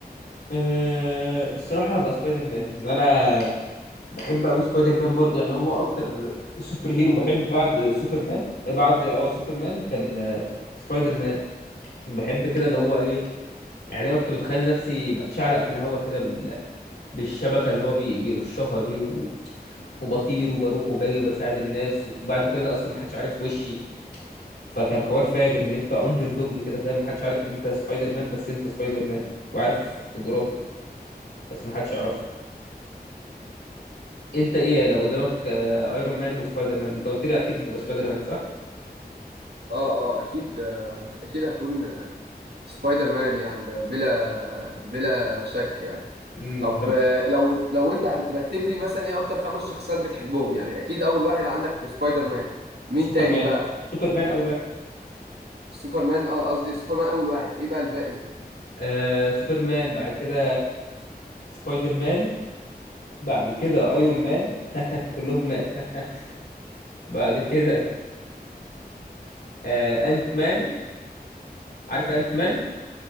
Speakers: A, on the left; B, on the right.
A: أه الصراحة هبقى سبايدر مان انا بحب أوي سبايدر مان برضه يعني هو أكتر سوبر هيرو بحب بعد سوبرمان بعد اه سوبرمان كان آه، سبايدر مان بحب كده اللي هو إيه يعني دايما كنت بتخيل نفسي بتشعلق في الهوا كده بال... بالشبكة اللي هو بي... بيرشها دي و... وبطير وبروح وباجي وبساعد الناس وبعد كل ده اصلا محدش عارف وشي فكان حوار فاجر ان انت اندر دوج كده فاهم محدش عارف ان انت سبايدر مان بس انت سبايدر مان وعارف قدراتك بس محدش يعرفها انت ايه لو قدامك آه، ايرون مان وسبايدر مان انت قلت لي اكيد هتبقى سبايدر مان صح
B: اه اه اكيد آه، اكيد هكون آه، سبايدر مان يعني ده بلا آه، بلا شك يعني
A: امم
B: طب
A: طب
B: آه، لو لو انت هترتب لي مثلا ايه اكتر خمس شخصيات بتحبهم يعني اكيد اول واحد عندك سبايدر مان مين
A: سوبرمان
B: تاني بقى
A: سوبرمان اول واحد
B: سوبرمان اه قصدي سوبرمان اول واحد ايه بقى الباقي
A: آه سوبرمان بعد كده سبايدر مان بعد كده ايرون مان <laughs> كلهم مان <laughs> بعد كده آه انت مان عارف انت مان